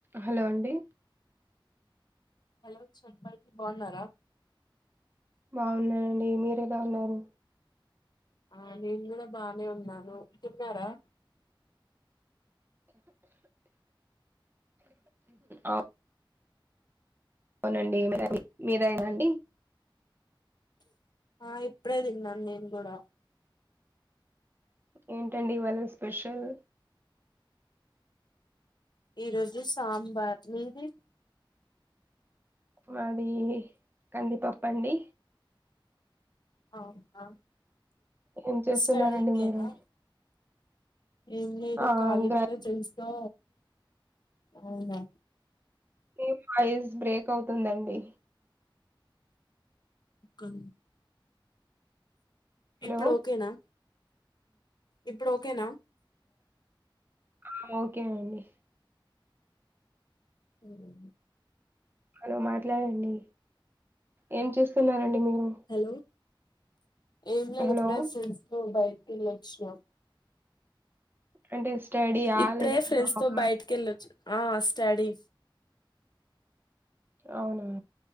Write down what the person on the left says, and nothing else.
hello చంపల్కి బాగున్నారా
ఆ నేను కూడా బానే ఉన్నాను తిన్నారా
ఆ ఇప్పుడే తిన్నాను నేను కూడా
ఈ రోజు సాంబార్ మీది
ఆహా
స్టడింగ్
ఏనా ఏం లేదు
కాలిప్ప
పెన్స్ తో అవును
క
ఇప్పుడు ఓకేనా ఇప్పుడు ఓకేనా
ఉఓ
హలో ఏం లేదు
ఇప్పుడె ఫ్రెండ్స్ తో బయట కేలేచినా
ఇప్పుడే
ఫ్రెండ్స్
తో బయటికి వెళ్ళొచ్చ ఆ స్టాడీ